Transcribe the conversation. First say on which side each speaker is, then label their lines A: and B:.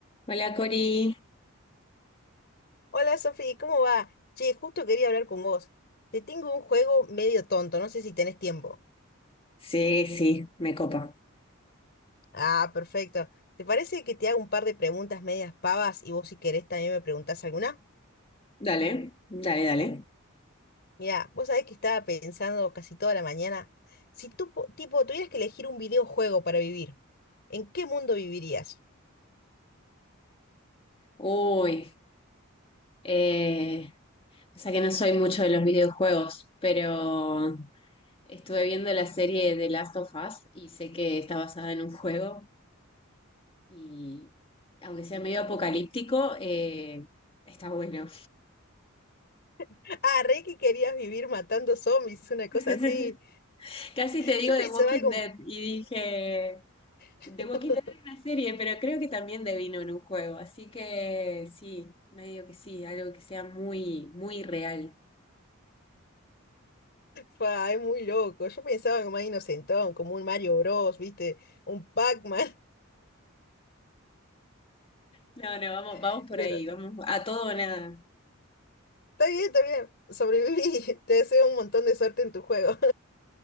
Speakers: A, on the left; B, on the left.
A: Hola Cori.
B: Hola Sofía, ¿cómo va? Che, justo quería hablar con vos. Te tengo un juego medio tonto, no sé si tenés tiempo.
A: Sí, sí, me copa.
B: Ah, perfecto. ¿Te parece que te haga un par de preguntas medias pavas y vos si querés también me preguntás alguna?
A: Dale, dale, dale.
B: Mira, vos sabés que estaba pensando casi toda la mañana, si tú, po- tipo, tuvieras que elegir un videojuego para vivir, ¿en qué mundo vivirías?
A: Uy, eh, o sea que no soy mucho de los videojuegos, pero estuve viendo la serie de Last of Us y sé que está basada en un juego y aunque sea medio apocalíptico, eh, está bueno.
B: <laughs> Ah, re que querías vivir matando zombies, una cosa
A: <laughs>
B: así.
A: Casi te digo
B: Yo pensaba
A: The Walking
B: algo,
A: Dead y dije,
B: <laughs>
A: The Walking Dead es una serie, pero creo que también devino en un juego, así que sí, medio que sí, algo que sea muy, muy real.
B: Pa, es muy loco. Yo pensaba algo más inocentón, como un Mario Bros, ¿viste? Un Pac-Man.
A: No, no, vamos,
B: <laughs>
A: vamos por
B: Pero
A: ahí, vamos a todo o nada.
B: está bien, está bien. Sobreviví. <laughs> Te deseo un montón de suerte en tu juego.